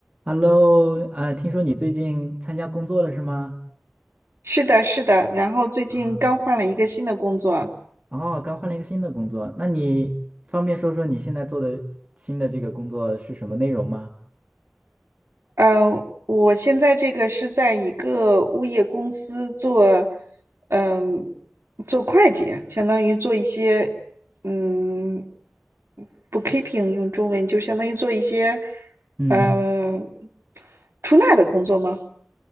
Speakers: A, on the right (about 30°); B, on the right (about 65°).
A: Hello，呃，听说你最近参加工作了是吗？
B: 是的，是的，然后最近刚换了一个新的工作啊，
A: 啊，哦，刚换了一个新的工作，那你方便说说你现在做的新的这个工作是什么内容吗？
B: 嗯、我现在这个是在一个物业公司做，嗯、做会计，相当于做一些，嗯，bookkeeping 用中文就相当于做一些，
A: 嗯。
B: 嗯、出纳的工作吗？